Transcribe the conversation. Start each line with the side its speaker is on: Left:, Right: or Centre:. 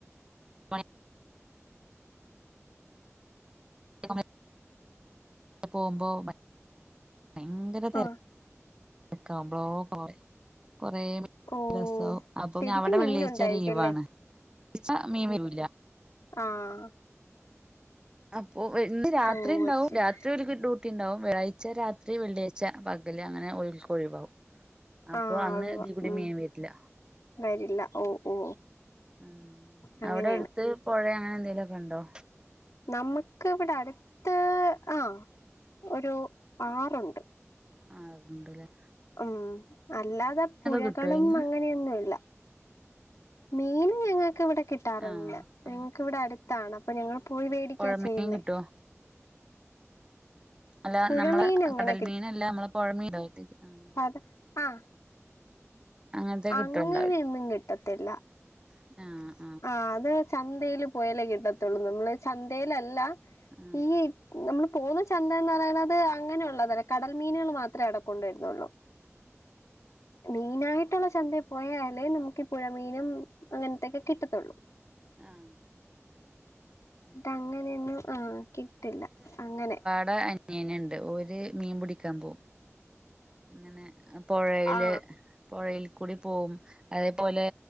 Right: മണി നമ്മള് പോകുമ്പോ ഭയങ്കര തെരക്ക്.
Left: ആഹ്
Right: തിരക്ക് ആകുമ്പോളോ കൊറെ കൊറെ.
Left: ഓ
Right: രസവും അപ്പൊ
Left: ശരിക്കും
Right: അവിടെ
Left: മീനുണ്ടായിരിക്കുംല്ലേ
Right: വെള്ളിയാഴ്ച ലീവാണ് എന്നുവെച്ചാൽ മീൻ വരുല്ല.
Left: ആഹ്
Right: അപ്പൊ എന്നും രാത്രി
Left: ഓ
Right: ഉണ്ടാവോ
Left: അത് ശരി
Right: രാ ഇത് ഓലക്ക് ഡ്യൂട്ടി ഉണ്ടാവും, വെള്ളിയാഴ്ച രാത്രി വെള്ളിയാഴ്ച പകല് അങ്ങനെ ഓലുക്ക് ഒഴിവാകും. അപ്പൊ
Left: ആഹ്
Right: അന്ന്
Left: ഒഴിവാ
Right: ഇതികൂടി
Left: ഉം
Right: മീൻ വരില്ല.
Left: വരില്ല ഓ ഓ
Right: ഉം
Left: അങ്ങനെയാണ്
Right: അവിടെ അടുത്ത് പുഴ അങ്ങനെ എന്തേലുമൊക്കെ ഉണ്ടോ?
Left: നമുക്ക് ഇവിടെ അടുത്ത് ആഹ് ഒരു ആറുണ്ട്.
Right: ആഹ് ആറുണ്ട് അല്ലേ.
Left: ഉം അല്ലാതെ പുഴകളും
Right: കിട്ടോ അയിന്ന്
Left: അങ്ങനെയൊന്നും ഇല്ല. മീൻ ഞങ്ങൾക്ക് ഇവിടെ കിട്ടാറുണ്ട്,
Right: ആ
Left: ഞങ്ങക്കിവിടെ അടുത്താണ്. അപ്പൊ ഞങ്ങള് പോയി മേടിക്കാ
Right: പുഴമീൻ
Left: ചെയ്യുന്നേ.
Right: കിട്ടുവോ അല്ല
Left: പുഴമീൻ
Right: നമ്മള്
Left: അങ്ങനെ
Right: കടൽ മീനല്ല നമ്മള് പുഴ മീന് ആഹ്.
Left: അതെ ആഹ്
Right: അങ്ങനത്തെ
Left: അങ്ങനൊന്നും
Right: കിട്ടുണ്ടാവില്ല
Left: കിട്ടത്തില്ല.
Right: ആഹ്
Left: ആഹ് അത് ചന്തയില് പോയാലേ കിട്ടത്തുള്ളൂ, നമ്മള് ചന്തയിൽ അല്ല
Right: ആഹ്
Left: ഈ. നമ്മൾ പോകുന്ന ചന്തയെന്ന് പറയുന്നത് അങ്ങനെയുള്ളതല്ല കടൽ മീനുകൾ മാത്രമേ അവിടെ. കൊണ്ടു വരുന്നുള്ള. മെയിനായിട്ടുള്ള ചന്തയിൽ പോയാലേ നമുക്ക് ഈ പുഴമീനും അങ്ങനത്തൊക്കെ കിട്ടത്തുള്ളൂ.
Right: ആഹ് അത്
Left: ഇത്
Right: ശരി
Left: അങ്ങനെയൊന്നും ആഹ് കിട്ടില്ല അങ്ങനെ.
Right: ഇവിടെ അനിയൻ ഉണ്ട്, ഓര് മീൻ പിടിക്കാൻ പോകും. അങ്ങനെ പുഴയില്
Left: ആ
Right: പുഴയിൽ കൂടി പോവും. അതേപോലെ